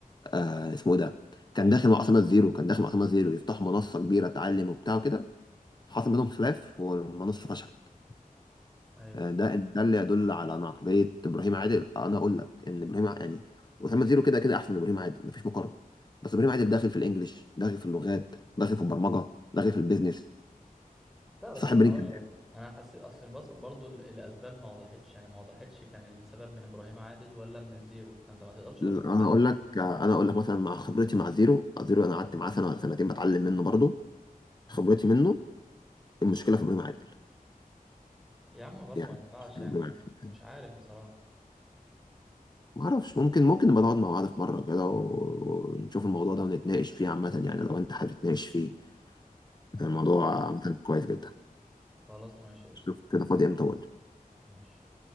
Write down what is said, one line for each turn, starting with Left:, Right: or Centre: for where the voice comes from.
Left: آه، اسمه إيه ده كان داخل مع اسامه زيرو كان داخل مع اسامه زيرو يفتحوا منصه كبيره تعلم وبتاع وكده حصل بينهم خلاف والمنصه فشلت
Centre: ايوه
Left: آه، ده ده اللي يدل على عقلية إبراهيم عادل آه، أنا أقول لك إن إبراهيم ع- يعني أسامة زيرو كده كده أحسن من إبراهيم عادل مفيش مقارنة بس إبراهيم عادل داخل في الإنجليش داخل في اللغات داخل في البرمجة داخل في البيزنس
Centre: لا بس
Left: صاحب
Centre: انا
Left: برين
Centre: هقول
Left: كمان
Centre: لك انا حسيت اصلا بص برضو ال- الاسباب ما وضحتش يعني ما وضحتش كان السبب من ابراهيم عادل ولا من الزيرو فانت ما تقدرش تحكم
Left: أنا
Centre: عليه
Left: أقول لك آه، أنا أقول لك مثلا مع خبرتي مع زيرو زيرو أنا قعدت معاه سنة ولا سنتين بتعلم منه برضه
Centre: مم.
Left: خبرتي منه المشكلة في إبراهيم عادل
Centre: يا عم برضو
Left: يعني
Centre: ما ينفعش
Left: مشكلة
Centre: يعني
Left: في إبراهيم عادل
Centre: مش عارف بصراحة
Left: ما أعرفش ممكن ممكن نبقى نقعد مع بعض في مرة كده ونشوف الموضوع ده ونتناقش فيه عامة يعني لو أنت حابب تتناقش فيه الموضوع
Centre: خلاص
Left: عامة كويس جدا
Centre: خلاص ماشي قشطة.
Left: شوف كده فاضي امتى اقول
Centre: ماشي